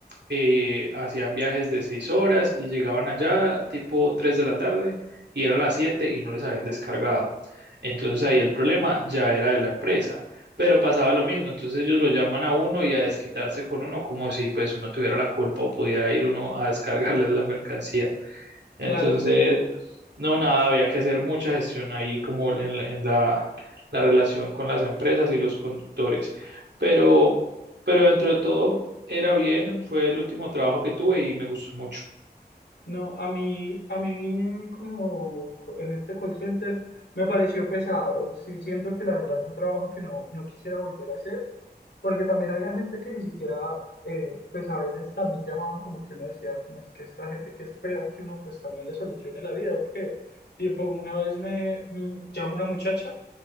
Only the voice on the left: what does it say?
Claro,
claro.
No, a mí, a mí como co- en este call center me pareció pesado. Sí, siento que la verdad es un trabajo que no, no quisiera volver a hacer, porque también había gente que ni siquiera, eh, pues a veces también llamaban como que uno decía, como es que esta gente que espera que uno pues también le solucione la vida o qué. Tipo, una vez me mm, llamó una muchacha